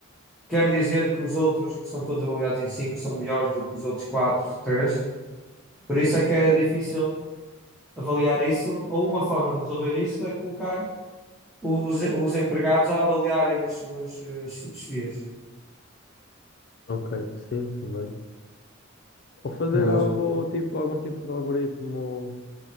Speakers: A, in the centre; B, on the left.
A: quer dizer que os outros, que são todos avaliados em 5 são melhores do que os outros 4, 3. Por isso é que é difícil avaliar isso, ou uma forma de resolver isso é colocar os, os empregados a avaliarem as suas eh, chefias.
B: Ok, sim, também. Ou fazer
A: Mas,
B: algo tipo, algum tipo de algoritmo,